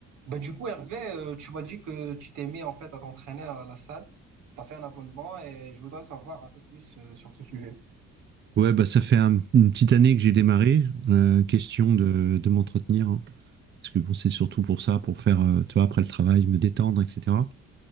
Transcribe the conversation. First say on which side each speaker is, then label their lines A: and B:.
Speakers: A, on the right; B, on the right.
A: Bah, du coup, Hervé, euh, tu m'as dit que tu t'es mis en fait à t'entraîner à la salle. Tu as fait un abonnement et je voudrais savoir un peu plus euh, sur ce sujet.
B: Ouais, bah ça fait un- une petite année que j'ai démarré. Euh, question de, de m'entretenir, hein. parce que bon, c'est surtout pour ça, pour faire, euh, tu vois, après le travail, me détendre, etc.